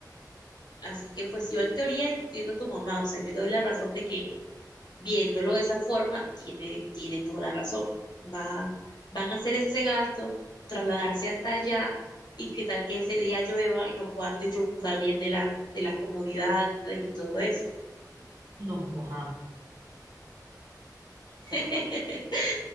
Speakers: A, on the left; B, on the right.
A: Así que pues yo en teoría entiendo a tu mamá, o sea, yo le doy la razón de que viéndolo de esa forma, tiene, tiene toda la razón. Va, van a hacer ese gasto, trasladarse hasta allá y qué tal que ese día llueva y no puedan disfrutar bien de las, de las comodidades y todo eso.
B: nos mojamos,
A: <laughs>
B: pero bueno.